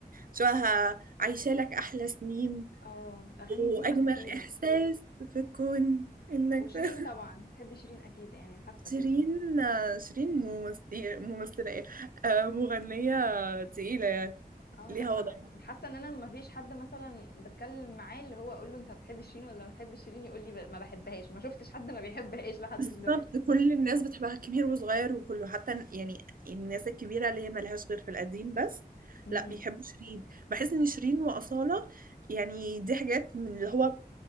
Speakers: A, on the right; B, on the left.
A: شو عايشة لك أحلى سنين
B: اه الأغاني
A: وأجمل
B: دي خطيرة
A: إحساس في الكون إنك
B: وشيرين
A: <laughs> ده.
B: طبعا تحبي شيرين أكيد يعني حاسة
A: شيرين
B: كده
A: شيرين ممثلة ممثلة إيه آه، مغنية تقيلة يعني
B: اه
A: ليها
B: لا ما
A: وضع
B: حاسة ان انا ما فيش حد مثلا بتكلم معاه اللي هو اقول له انت بتحب شيرين ولا ما بتحبش شيرين يقول لي ب... ما بحبهاش ما شفتش حد ما بيحبهاش لحد
A: بالظبط
B: دلوقتي
A: كل الناس بتحبها كبير وصغير وكله حتى يعني الناس الكبيرة اللي هي ملهاش غير في القديم بس
B: امم
A: لا بيحبوا شيرين بحس إن شيرين وأصالة يعني دي حاجات من اللي هو